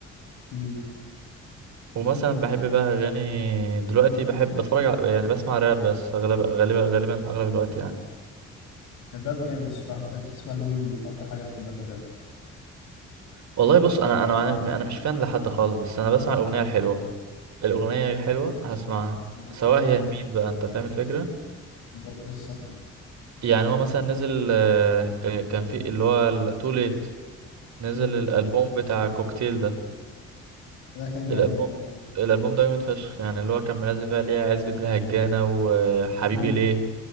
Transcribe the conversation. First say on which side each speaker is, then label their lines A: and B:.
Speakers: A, on the left (about 85°); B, on the right (about 65°).
A: امم
B: ومثلا بحب بقى أغاني دلوقتي بحب بتفرج على يعني بسمع راب بس أغلب غالبا غالبا أغلب الوقت يعني
A: الراب جامد الصراحة بتح- بتسمع لمين أكتر حاجة بتحبها في الراب
B: والله بص أنا أنا أنا مش فان لحد خالص بس أنا بسمع الأغنية الحلوة الأغنية حلوة هسمعها
A: بالظبط
B: سواء هي لمين بقى أنت فاهم الفكرة
A: بالظبط ده الصح
B: يعني هو مثلا نزل آه، آه، كان في اللي هو تو ليت نزل
A: أمم.
B: الالبوم بتاع كوكتيل ده
A: ده كان جامد
B: الالبوم
A: مع مين؟
B: الالبوم ده جامد فشخ يعني اللي هو كان منزل فيها ليه عزبة الهجانة وحبيبي
A: اه
B: ليه